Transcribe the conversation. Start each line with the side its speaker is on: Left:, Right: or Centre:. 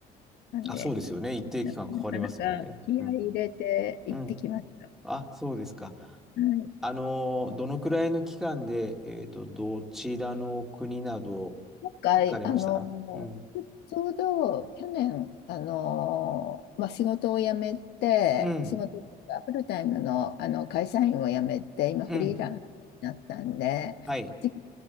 Left: なんで、
Centre: あ、そうですよね。一定期間かかりますもんね。
Left: な、なかなか気合い入れて行ってきました。
Centre: うん、うん。あ、そうですか。
Left: はい、
Centre: あの、どのくらいの期間で、えっと、どちらの国など
Left: 今回、
Centre: 行かれましたうん。
Left: あの、ちょうど去年、あの、まあ、仕事を辞めて、
Centre: うん。
Left: 仕事というかフルタイムの、あの会社員を辞めて、今フリーランスになったんで、
Centre: うん。はい。
Left: 時間